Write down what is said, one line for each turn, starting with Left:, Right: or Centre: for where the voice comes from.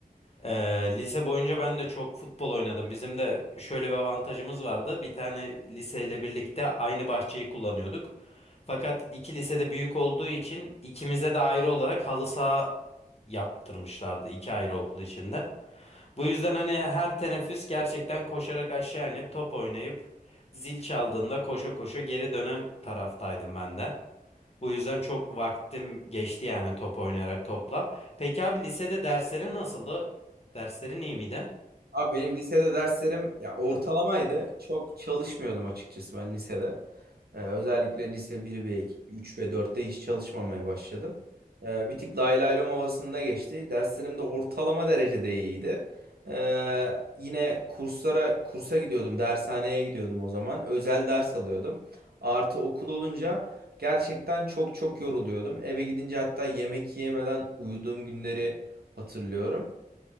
Left: Ee, lise boyunca ben de çok futbol oynadım. Bizim de şöyle bir avantajımız vardı. Bir tane liseyle birlikte aynı bahçeyi kullanıyorduk. Fakat iki lisede büyük olduğu için ikimize de ayrı olarak halı saha yaptırmışlardı iki ayrı okul içinde. Bu yüzden hani her teneffüs gerçekten koşarak aşağı inip top oynayıp zil çaldığında koşa koşa geri dönen taraftaydım ben de. Bu yüzden çok vaktim geçti yani top oynayarak topla. Peki abi lisede derslerin nasıldı? Derslerin iyi miydi?
Right: Abi benim lisede derslerim ya ortalamaydı. Çok çalışmıyordum açıkçası ben lisede. Ee, özellikle lise 1 ve 2 3 ve dörtte hiç çalışmamaya başladım. Ee, bir tık lay lay lom havasında geçti. Derslerim de ortalama derecede iyiydi. Ee, yine kurslara kursa gidiyordum, dershaneye gidiyordum o zaman. Özel ders alıyordum. Artı okul olunca gerçekten çok çok yoruluyordum. Eve gidince hatta yemek yemeden uyuduğum günleri hatırlıyorum.